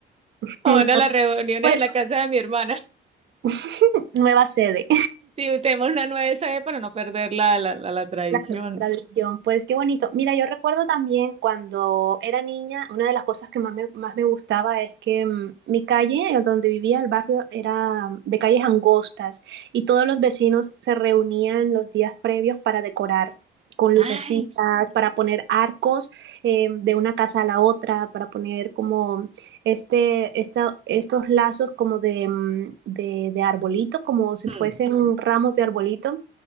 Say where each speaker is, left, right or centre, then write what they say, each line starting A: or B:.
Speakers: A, on the right (about 65°); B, on the right (about 30°).
A: <laughs>
B: Ahora las reuniones
A: Pues
B: en la casa de mi hermana. <laughs>
A: <laughs> nueva sede.
B: Sí, tenemos una nueva sede para no perder la, la, la, la tradición.
A: La tradición, pues qué bonito. Mira, yo recuerdo también cuando era niña, una de las cosas que más me, más me gustaba es que mm, mi calle, eh, donde vivía el barrio, era mm, de calles angostas y todos los vecinos se reunían los días previos para decorar con lucecitas,
B: Ay, s-
A: para poner arcos eh, de una casa a la otra, para poner como este, esta, estos lazos como de, mm, de, de arbolito, como si
B: mm.
A: fuesen ramos de arbolito.